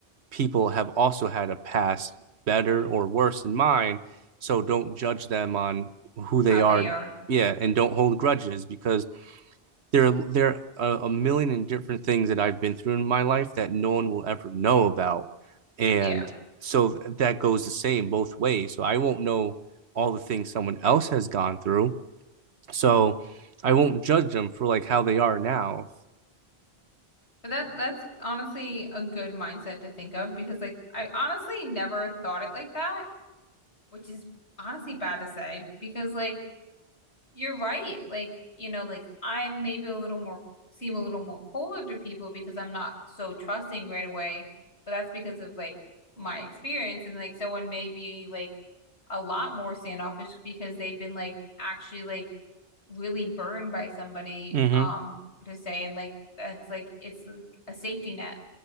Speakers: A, on the right; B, on the left.
A: people have also had a past better or worse than mine. So don't judge them on who
B: How
A: they
B: they
A: are.
B: are.
A: Yeah, and don't hold grudges because there there are a million and different things that I've been through in my life that no one will ever know about, and
B: Yeah.
A: so that goes the same both ways. So I won't know all the things someone else has gone through. So I won't judge them for like how they are now. <laughs>
B: But that that's honestly a good mindset to think of because like I honestly never thought it like that, which is honestly bad to say because like You're right. Like, you know, like I am maybe a little more seem a little more colder to people because I'm not so trusting right away, but that's because of like my experience and like someone may be like a lot more standoffish because they've been like actually like really burned by somebody
A: Mm-hmm.
B: um to say and like that's like it's like a safety net